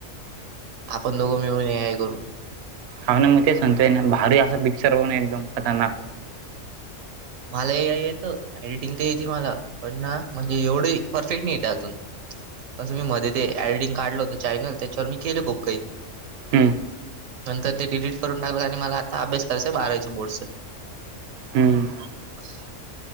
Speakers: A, on the right (about 80°); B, on the right (about 65°).
A: आपण दोघं मिळवून, ए आय करू.
B: हा, ना. मग तेच म्हणतोय ना. भारी असा पिक्चर बनवू. एकदम, खतरनाक.
A: मला ए आय येतं. एडिटिंग ते येती मला. पण ना, म्हणजे एवढी परफेक्ट नाही येते अजून. तसं मी मधी ते आयडिंग काढलं होत चॅनल. त्याच्यावर मी केलं खूप काही.
B: हम्म
A: नंतर ते डिलीट करून टाकलं. आणि मला आता अभ्यास करायचा, बारावीचं बोर्डच.
B: हम्म.
A: <unintelligible>